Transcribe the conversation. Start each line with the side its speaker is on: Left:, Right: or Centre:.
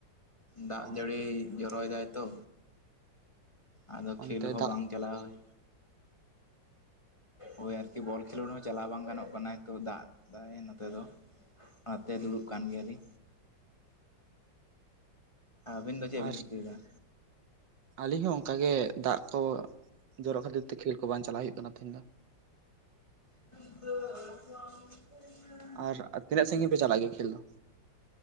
Left: ᱫᱟᱜ
Right: ᱚ
Left: ᱡᱟᱹᱲᱤ ᱡᱚᱨᱚᱭᱮᱫᱟᱭ ᱛᱚ᱾ ᱟᱫᱚ
Right: ᱚᱱᱛᱮ
Left: ᱠᱷᱮᱞ ᱦᱚᱸ
Right: ᱫᱟᱜ
Left: ᱵᱟᱝ ᱪᱟᱞᱟᱣ ᱦᱳᱭ ᱦᱚᱭ ᱟᱨᱠᱤ ᱵᱚᱞ ᱠᱷᱮᱞᱳᱰ ᱦᱚᱸ ᱪᱟᱞᱟᱣ ᱵᱟᱝ ᱜᱟᱱᱚᱜ ᱠᱟᱱᱟ ᱛᱚ ᱫᱟᱜ ᱫᱟᱭ ᱱᱚᱛᱮ ᱫᱚ᱾ ᱟᱛᱮ ᱫᱩᱲᱩᱵ ᱠᱟᱱ ᱜᱮᱭᱟᱞᱤᱧ᱾ ᱟᱹᱵᱤᱱ ᱫᱚ ᱪᱮᱫ ᱵᱤᱱ
Right: ᱟᱨ
Left: ᱪᱤᱠᱟᱹᱭᱮᱫᱟ?
Right: ᱟᱹᱞᱤᱧ ᱦᱚᱸ ᱚᱱᱠᱟ ᱜᱮ ᱫᱟᱜ ᱠᱚ ᱡᱚᱨᱚᱜ ᱠᱷᱟᱹᱛᱤᱨ ᱛᱮ ᱠᱷᱮᱞ ᱠᱚ ᱵᱟᱝ ᱪᱟᱞᱟ ᱦᱩᱭᱩᱜ ᱠᱟᱱᱟ ᱛᱮᱦᱧ ᱫᱚ᱾
Left: <inaudible>
Right: ᱟᱨ ᱛᱤᱱᱟᱹᱜ ᱥᱟᱺᱜᱤᱧ ᱯᱮ ᱪᱟᱞᱟᱜ ᱜᱮᱭᱟ ᱠᱷᱮᱞ ᱫᱚ?